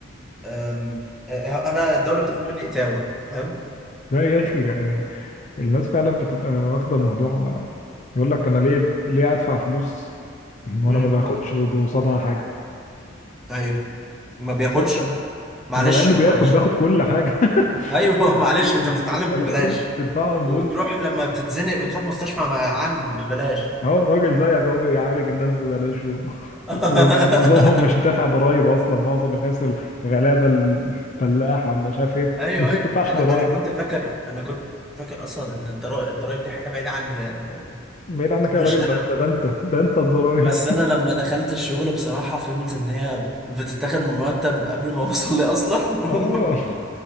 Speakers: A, in the centre; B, on the left (about 35°).
A: أم، آه، انا الدوله بتاخد مني اتاوه فاهم
B: ده يا اخي يعني الناس فعلا بتبقى واخدة الموضوع يقول لك انا ليه ليه ادفع فلوس وانا
A: امم
B: ما باخدش قصادها حاجة
A: ايوه ما بياخدش
B: بس
A: معلش
B: مع انه
A: معلش
B: بياخد بياخد
A: أنا.
B: كل حاجة <laughs>
A: ايوه <laughs> معلش
B: ال-
A: انت
B: ال-
A: بتتعلم
B: الملاليم
A: ببلاش
B: اللي بتدفعهم
A: وبتروح
B: دول
A: لما بتتزنق بتروح مستشفى مع عام ببلاش
B: اهو راجل زيك اهو بيعالج الناس ببلاش و... <laughs>
A: <laughs>
B: و- ومعظمهم مش دافع ضرايب اصلا معظم الناس الغلابه الفلاح ولا مش عارف ايه
A: ايوه
B: الناس دي
A: ايوه
B: ما بتدفعش
A: انا
B: ضرايب
A: انا كنت فاكر انا كنت فاكر اصلا ان الضرا- الضرايب دي حاجه بعيده عني يعني
B: بعيد عنك يا
A: مش
B: راجل
A: انا
B: ده انت ده انت ده انت الضرايب
A: بس انا لما دخلت الشغل بصراحة فهمت ان هي بتتاخد من مرتب قبل ما <laughs> اوصل لي اصلا
B: اه
A: <laughs>